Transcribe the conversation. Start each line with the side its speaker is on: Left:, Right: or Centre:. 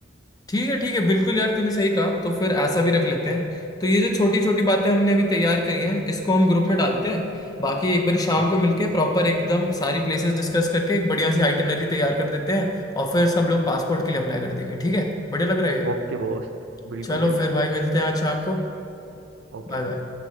Left: ठीक है ठीक है बिल्कुल यार तूने सही कहा तो फिर ऐसा भी रख लेते हैं तो ये जो छोटी छोटी बातें हमने अभी तैयार करी हैं इसको हम ग्रुप में डालते हैं बाकी एक बार शाम
Right: हाँ
Left: को मिलके प्रॉपर एकदम सारी प्लेसेस डिस्कस करके एक बढ़िया सी आइटनरी तैयार कर देते हैं और फिर सब लोग पासपोर्ट के लिए अप्लाई कर देंगे ठीक है बढ़िया लग रहा है ये।
Right: Okay boss बिल्कुल
Left: चलो
Right: बढ़िया
Left: फिर भाई मिलते हैं आज शाम को
Right: ओके
Left: Bye bye